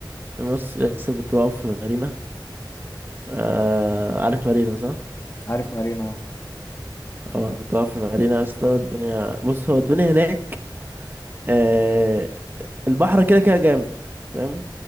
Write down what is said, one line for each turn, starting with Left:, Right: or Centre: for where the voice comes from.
Right: بص يسطا كنت واقف في مارينا آه عارف مارينا صح؟
Left: عارف مارينا أهو.
Right: اه كنت واقف في مارينا يسطا الدنيا بص هو الدنيا هناك آه البحر كده كده جامد فاهم